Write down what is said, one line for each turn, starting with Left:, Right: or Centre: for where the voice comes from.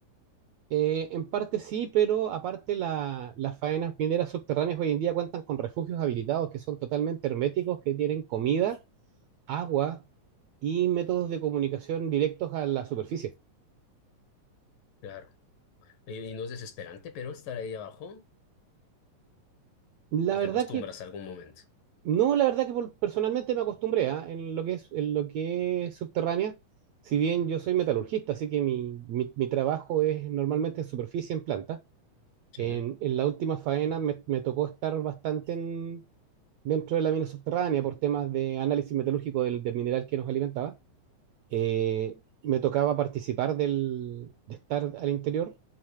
Right: Eh, en parte sí, pero aparte la- las faenas mineras subterráneas hoy en día cuentan con refugios habilitados que son totalmente herméticos, que tienen comida, agua y métodos de comunicación directos a la superficie.
Left: claro. Y, y no es desesperante, pero estar ahí abajo,
Right: La
Left: o
Right: verdad
Left: te acostumbras
Right: que,
Left: a algún momento,
Right: no, la verdad que por- personalmente me acostumbré ¿ah? en lo que es, en lo que es subterránea, si bien yo soy metalurgista, así que mi, mi mi trabajo es normalmente en superficie, en planta.
Left: ¿sí?
Right: En, en la última faena me, me tocó estar bastante en- dentro de la mina subterránea por temas de análisis metalúrgico del, del mineral que nos alimentaba. Eh, me tocaba participar del, de estar al interior